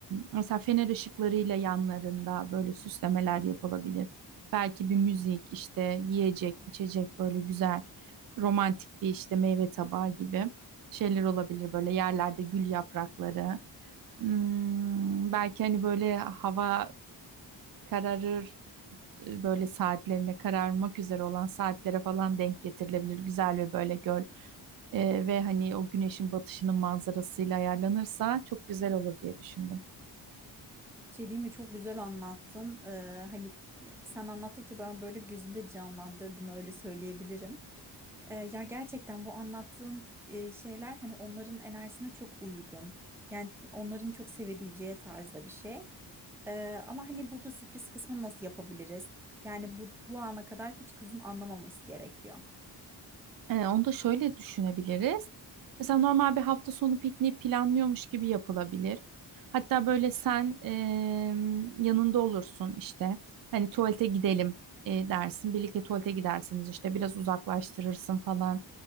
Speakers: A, on the right; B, in the centre.
A: mesela fener ışıklarıyla yanlarında böyle süslemeler yapılabilir. Belki bir müzik işte yiyecek içecek böyle güzel romantik bir işte meyve tabağı gibi şeyler olabilir böyle yerlerde gül yaprakları. Hmm, belki hani böyle hava kararır e, böyle saatlerine kararmak üzere olan saatlere falan denk getirilebilir. Güzel ve böyle göl e, ve hani o güneşin batışının manzarasıyla ayarlanırsa çok güzel olur diye düşündüm.
B: Şey diyeyim mi çok güzel anlattın. Ee, hani sen anlattıkça ben böyle gözümde canlandırdım öyle söyleyebilirim. E, ya gerçekten bu anlattığın e, şeyler hani onların enerjisine çok uygun. Yani onların çok sevebileceği tarzda bir şey. E, ama hani burada sürpriz kısmını nasıl yapabiliriz? Yani bu, bu ana kadar hiç kızın anlamaması gerekiyor.
A: Ee, onu da şöyle düşünebiliriz. Mesela normal bir hafta sonu pikniği planlıyormuş gibi yapılabilir. Hatta böyle sen em, yanında olursun işte. Hani tuvalete gidelim e, dersin. Birlikte tuvalete gidersiniz işte. Biraz uzaklaştırırsın falan.